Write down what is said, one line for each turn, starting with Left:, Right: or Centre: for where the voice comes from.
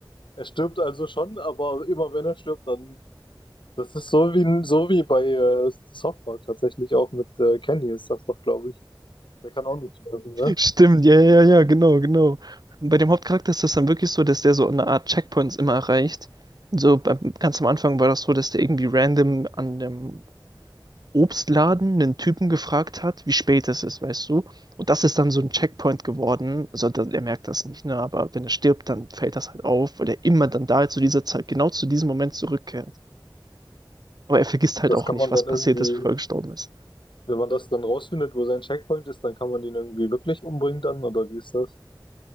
Left: Er stirbt also schon, aber immer wenn er stirbt, dann. Das ist so wie, so wie bei äh, Softball tatsächlich auch mit äh, Kenny ist das doch, glaube ich. Der kann auch nicht sterben, ne?
Right: Stimmt, ja, ja, ja, genau, genau. Bei dem Hauptcharakter ist das dann wirklich so, dass der so eine Art Checkpoints immer erreicht. So beim- ganz am Anfang war das so, dass der irgendwie random an dem Obstladen einen Typen gefragt hat, wie spät es ist, weißt du? Und das ist dann so ein Checkpoint geworden. Also da- er merkt das nicht, ne? Aber wenn er stirbt, dann fällt das halt auf, weil er immer dann da zu dieser Zeit, genau zu diesem Moment zurückkehrt. Aber er vergisst halt
Left: Das
Right: auch
Left: kann
Right: nicht,
Left: man dann
Right: was passiert
Left: irgendwie,
Right: ist, bevor er gestorben ist.
Left: wenn man das dann rausfindet, wo sein Checkpoint ist, dann kann man den irgendwie wirklich umbringen dann, oder wie ist das?